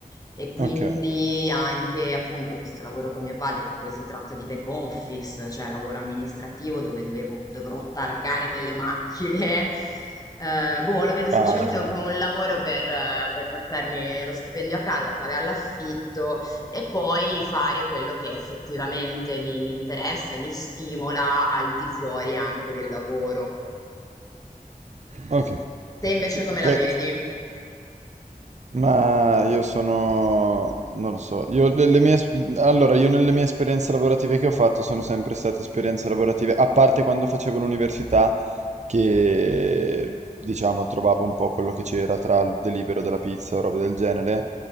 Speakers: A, on the left (about 25°); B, on the right (about 50°).
A: E quindi
B: Ok.
A: anche appunto questo lavoro con mio padre, che poi si tratta di back office, cioè lavoro amministrativo dove dovevo- dovrò targare delle macchine. <laughs> Eh, boh, lo vedo semplicemente
B: Cavolo.
A: un- come un lavoro per, eh, per portarmi lo stipendio a casa, pagare l'affitto e poi fare quello che effettivamente mi, mi interessa e mi stimola al di fuori anche del lavoro.
B: Ok,
A: Te
B: ho
A: invece
B: capito.
A: come
B: Cioè,
A: la vedi?
B: Ma io sono, non lo so, io le, le mie, es- allora io nelle mie esperienze lavorative che ho fatto sono sempre state esperienze lavorative, a parte quando facevo l'università, che diciamo trovavo un po' quello che c'era tra il delibero della pizza o roba del genere.